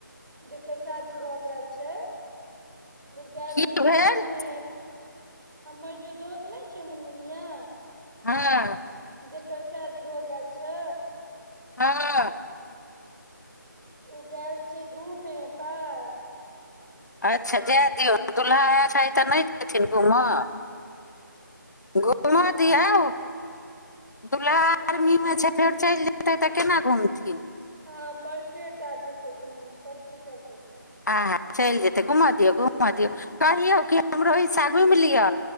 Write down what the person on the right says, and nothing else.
जकर शादी भऽ गेल छै ओ गेल
छै
घूम मे हमर जो दोस्त ने चे मुन मणिया
जकर शादी भऽ गेल छै
ओ गेल छै घूमे पर
हँ
तऽ अहूँ
घुमियौ
हँ परसुए टा जेते घूम परसू चल जेतै